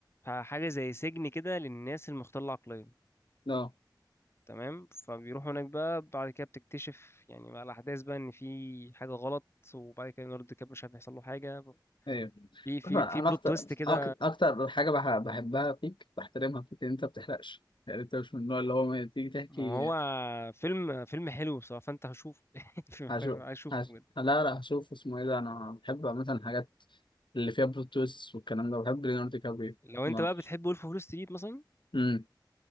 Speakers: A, on the left (about 30°); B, on the left (about 85°).
A: حاجة زي سجن كده للناس المختلة العقليا
B: اه
A: تمام فبيروحوا هناك بقى بعد كده بتكتشف يعني مع الأحداث بقى إن في حاجة غلط وبعد كده ليوناردو دي كابريو مش عارف هيحصل له حاجة
B: ايوه
A: في في
B: طبعا
A: في
B: انا
A: بلوت
B: اكتر
A: تويست كده
B: أك- اكتر حاجه بح- بحبها فيك بحترمها فيك ان انت ما بتحرقش يعني انت مش من النوع اللي هو ما تيجي تحكي
A: ما هو فيلم فيلم حلو بصراحة فأنت هشوفه <laughs> في محتاج
B: هشوف
A: عايز أشوفه
B: هش...
A: بجد
B: لا لا هشوف اسمه ايه ده انا بحب مثلا الحاجات اللي فيها بلوت تويست والكلام ده بحب ليوناردو دي كابريو
A: لو
B: ما
A: أنت بقى بتحب وولف أوف وول ستريت مثلا
B: امم